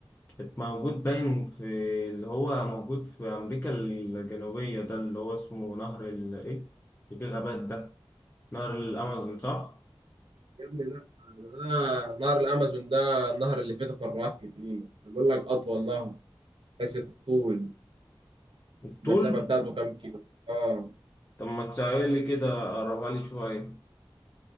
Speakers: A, on the left; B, on the right.
A: كانت موجود باين في اللي هو موجود في أمريكا الجنوبية ده اللي هو اسمه نهر ال إيه اللي فيه غابات ده نهر الأمازون صح؟
B: يا ابني لا ده نهر الامازون ده النهر اللي فيه تفرعات كتير بقول لك اطول نهر حيث الطول
A: الطول
B: المسافه بتاعته كام كيلو اه
A: طب ما تسأل لي كده قربها لي شوية